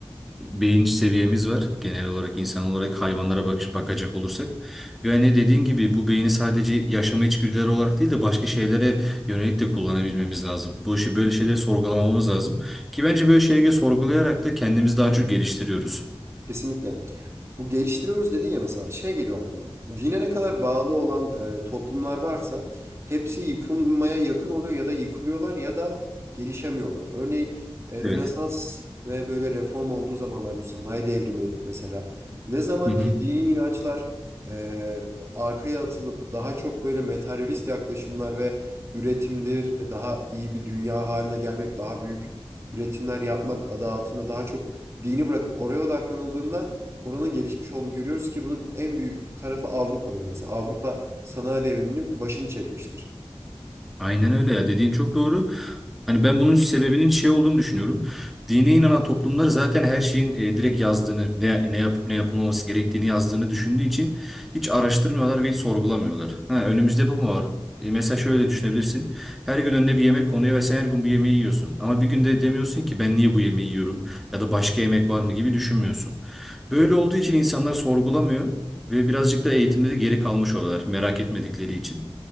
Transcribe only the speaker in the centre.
beyin seviyemiz var genel olarak insan olarak hayvanlara bak bakacak olursak. Ve hani dediğin gibi bu beyni sadece yaşama içgüdüleri olarak değil de başka şeylere yönelik de kullanabilmemiz lazım. Bu işi böyle şeyleri sorgulamamız lazım ki bence böyle şeyleri sorgulayarak da kendimizi daha çok geliştiriyoruz.
Evet.
Hı hı.
Aynen öyle ya dediğin çok doğru. Hani ben bunun sebebinin şey olduğunu düşünüyorum. Dine inanan toplumlar zaten her şeyin e, direkt yazdığını, ne, ne yapıp ne yapılmaması gerektiğini yazdığını düşündüğü için hiç araştırmıyorlar ve hiç sorgulamıyorlar. Ha, önümüzde bu mu var? E, mesela şöyle düşünebilirsin. Her gün önüne bir yemek konuyor ve sen her gün bu yemeği yiyorsun. Ama bir günde demiyorsun ki ben niye bu yemeği yiyorum ya da başka yemek var mı gibi düşünmüyorsun. Böyle olduğu için insanlar sorgulamıyor ve birazcık da eğitimde de geri kalmış oluyorlar merak etmedikleri için.